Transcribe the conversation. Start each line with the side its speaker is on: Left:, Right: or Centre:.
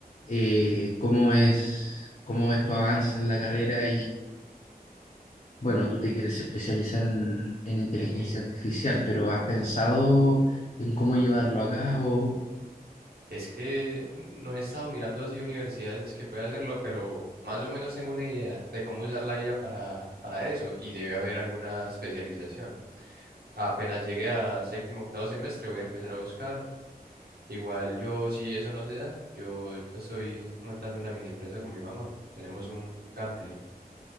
Left: Eh, ¿cómo es, cómo ves tu avance en la carrera bueno, tú te quieres especializar en, en inteligencia
Right: en IA.
Left: artificial,
Right: Sí.
Left: pero ¿has pensado en cómo llevarlo a cabo?
Right: Es que no he estado mirando así universidades que pueda hacerlo, pero más o menos tengo una idea de cómo usar la IA para, para eso y debe haber alguna especialización. Apenas llegue a séptimo, octavo semestre, voy a empezar a buscar. Igual yo, si eso no se da, yo ya estoy montando una mini empresa con mi mamá. Tenemos un gambling.